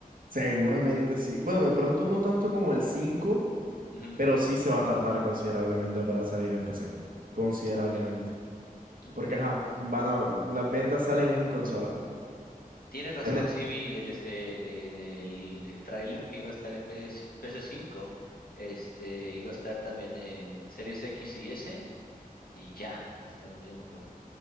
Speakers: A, on the right; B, on the left.
A: Seguramente sí. Bueno, de pronto no tanto como el 5,
B: Ujú,
A: pero sí se va a tardar considerablemente para salir en PC. Considerablemente.
B: Ok, ok.
A: Porque, ajá, van a, las ventas salen es en consola.
B: Tienes razón,
A: En- e,
B: sí vi el, es- eh, en el tráiler que iba a estar en PS, 5 este, iba a estar también en Series X y S, y ya, hasta donde yo me acuerdo.